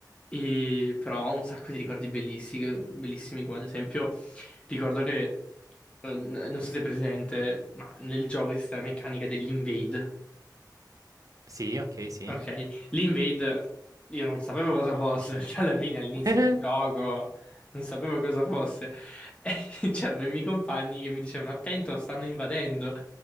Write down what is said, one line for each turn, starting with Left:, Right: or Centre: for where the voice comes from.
Left: e, però ho un sacco di ricordi bellissimi, bellissimi come ad esempio ricordo che, eh, n- non so se è presente, ma nel gioco esiste la meccanica dell'invade,
Right: Sì, ok, sì.
Left: Ok, l'Invade io non sapevo cosa fosse, <laughs> cioè alla fine all'inizio
Right: <laughs>
Left: del gioco non sapevo cosa fosse. E <laughs> c'erano i miei compagni che mi dicevano attento, stanno invadendo.